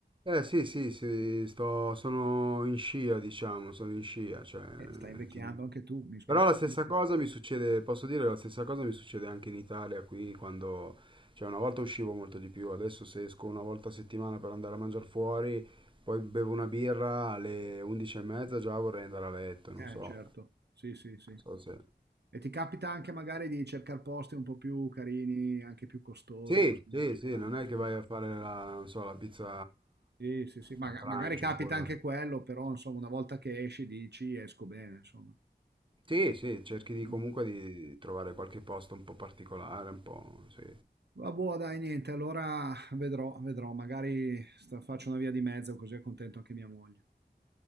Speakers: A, on the right (about 30°); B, on the right (about 75°).
A: Eh, sì, sì, sì, sto, sono in scia, diciamo, sono in scia, cioè,
B: Eh. Eh, stai invecchiando
A: ti dico.
B: anche tu, mi spiace.
A: Però la stessa
B: dirlo.
A: cosa mi succede, posso dire, la stessa cosa mi succede anche in Italia, qui quando, cioè una volta uscivo molto di più, adesso se esco una volta a settimana per andare a mangiare fuori, poi bevo una birra alle 11 e mezza già vorrei andare a letto, non
B: Eh,
A: so, non
B: certo, sì, sì, sì.
A: so se...
B: E ti capita anche magari di cercare posti un po' più carini, anche più costosi.
A: Sì,
B: Eh,
A: sì, sì, non è
B: sì.
A: che vai a fare la, non so, la pizza
B: Sì, sì, sì, maga-
A: al trancio
B: magari capita
A: oppure...
B: anche quello, però insomma una volta che esci dici esco bene, insomma.
A: Sì, sì, cerchi di
B: Eh.
A: comunque di trovare qualche posto un po' particolare, un po', sì.
B: Vabbè, dai, niente, allora vedrò, vedrò, magari sta- faccio una via di mezzo così è contento anche mia moglie.